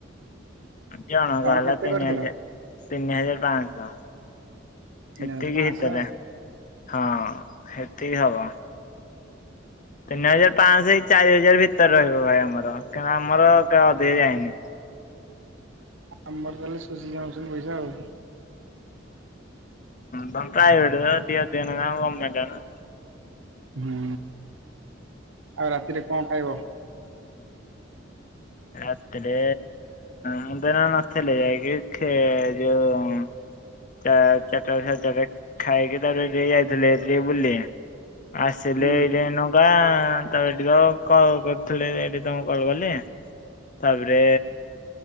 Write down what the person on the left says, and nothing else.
ଜଣ କା
ହେଲା
ତିନି
ହଜାର- ତିନି ହଜାର ପାଆଁଶ।
ହେତିକି
ହିତରେ, ହଁ ହେତିିକି ହବ। ତିନି ହଜାର ପାଞ୍ଚଶହ ଚାରି ହଜାର ଭିତରେ ରହିବ ଭାଇ, ଆମର କହି ଆମର କ ଅଧିକ ଯାଏନି।
ହଁ ପ୍ରାଇବେେଟ ଟା ଦି ଖ କ ଗୋର୍ମେଣ୍ଟ ନା।
ରାତିରେ ମୁଁ ହେରା ନ ଥିଲି ଯାଇକି ଖେ- ଯୋଉ ଚା ଚାଟ ସାଡେ ଚାରଟା ବେଳେ ଖାଇକି ତା ପରେ ଯାଇଥିଲି ତା ପରେ ବୁଲିଲି। ଆସିଲେ
ଇଲେ ନବା। ହ ତ ଏଠି କ ତ କଲ କରୁଥିଲେ ଏଠି ତମକୁ କଲ କଲେ। ତାପରେ